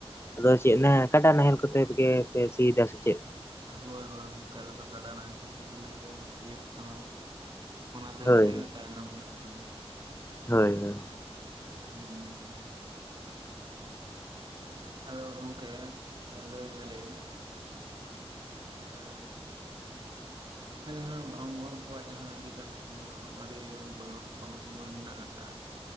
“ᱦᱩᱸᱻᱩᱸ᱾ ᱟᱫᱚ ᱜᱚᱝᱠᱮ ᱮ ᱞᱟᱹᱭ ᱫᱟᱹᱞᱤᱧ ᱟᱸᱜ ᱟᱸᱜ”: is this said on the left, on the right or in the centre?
Right